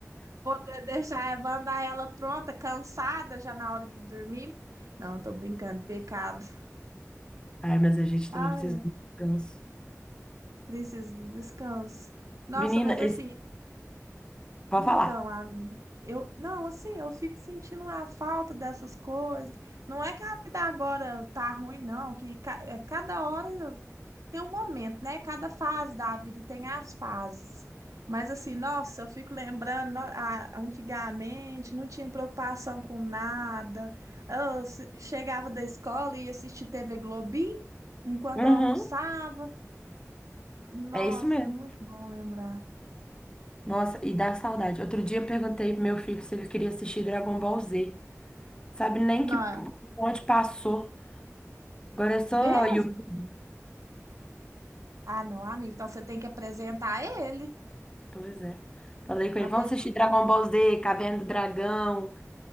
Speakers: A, on the right (about 80°); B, on the left (about 15°).
A: Poder deixar, eh, mandar ela pronta, cansada já na hora de dormir. Não, tô brincando, pecado.
B: Ai, mas a gente
A: Ai,
B: também precisa do descanso.
A: preciso de descanso. Nossa,
B: Menina,
A: mas assim,
B: esse... pode
A: Então,
B: falar.
A: amiga, eu não, assim, eu fico sentindo a falta dessas coisas. Não é que a vida agora tá ruim, não, que ca- é, cada hora tem um momento, né? Cada fase da vida tem as fases. Mas assim, nossa, eu fico lembrando, no- a- antigamente não tinha preocupação com nada. Eu se- chegava da escola e ia assistir TV Globinho enquanto
B: Uhum,
A: eu almoçava. Nossa,
B: é isso mesmo.
A: é muito bom lembrar.
B: Nossa, e dá saudade. Outro dia eu perguntei pro meu filho se ele queria assistir Dragon Ball Z. Sabe nem
A: Não,
B: que
A: é
B: onde passou. Agora é só
A: mesmo?
B: YouTube.
A: Ah, não, amigo. Então você tem que apresentar ele.
B: Pois é. Falei com
A: É
B: ele,
A: uma
B: vamos
A: pessoa.
B: assistir Dragon Ball Z, Caverna do Dragão,